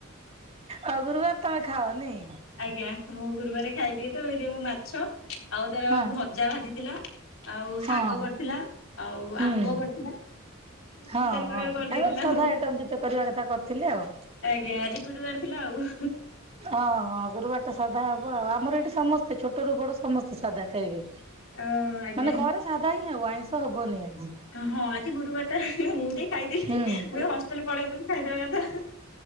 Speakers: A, on the right; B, on the left.
A: ଆଉ ଗୁରୁବାର୍ ତମେ ଖାଅ ନେଇଁ?
B: ଆଜ୍ଞା ମୁଁ ଗୁରୁବାରେ ଖାଇଦିଏ ତ ହେଇତି ପାଇଁ ମୁଁ ମାଛ ଆଉ ତାର
A: ହଁ
B: ଭଜା ଭାଜିଥିଲା ଆଉ
A: ହଁ
B: ଶାଗ କରିଥିଲା ଆଉ
A: ହୁଁ
B: ଆମ୍ବ କରିଥିଲା
A: ହଁ-
B: ତିନି ଚାରି ପ୍ରକାର
A: ହଁ
B: କରିଦେଇଥିଲା
A: ତାଙ୍କର ସାଧା
B: ଆଉ
A: ଆଇଟମ୍ ଯେତେ କରିବା କଥା କରିଥିଲେ ଆଉ।
B: ଆଜ୍ଞା ଆଜି ଗୁରୁବାର୍ ଥିଲା ଆଉ।
A: ହଁ -ହଁ-‌ହଁ ଗୁରୁବାର୍ ତ ସାଧା ହବ ଆଉ ଆମର ଏଇଠି ସମସ୍ତେ ଛୋଟରୁୁ ବଡ ସମସ୍ତେ ସାଧା ଖାଇବେ।
B: ଅ ଆଜ୍ଞା।
A: ମାନେ ଘରେ ସାଧା ହିଁ ହବ ଆଇଁଷ ହବନି ଆଜି।
B: ହଁ ଆଜି ଗୁରୁବାର୍ ଟା ମୁଁ ଟିକେ ଖାଇଦେଲି
A: ହୁଁ।
B: ମୁଁ ଏ ହଷ୍ଟେଲେ ପଳେଇବି ବୋଲି ଖାଇଦବା କଥା।